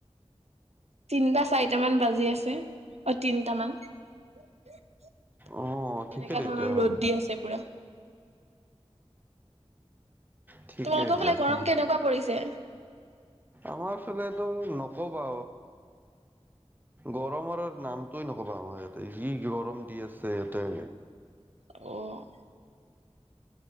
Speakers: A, on the right; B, on the right.
A: তিনটা, চাৰিটামান বাজি আছে, অ', তিনটামান। তেনেকুৱকা
B: অ ঠিকে তেতিয়াহ'লে
A: ধৰণৰ ৰ'দ দি আছে পুৰা।
B: ঠিকে
A: তোমালোকৰ
B: দিয়া
A: ফালে
B: আছো।
A: গৰম কেনেকুৱা পৰিছে।
B: আমাৰ ফালেটো নকবা গৰমৰ নামটোোৱে নকবা, আমাৰ ইয়াতে যি গৰম দি আছে ইয়াতে।
A: অ'।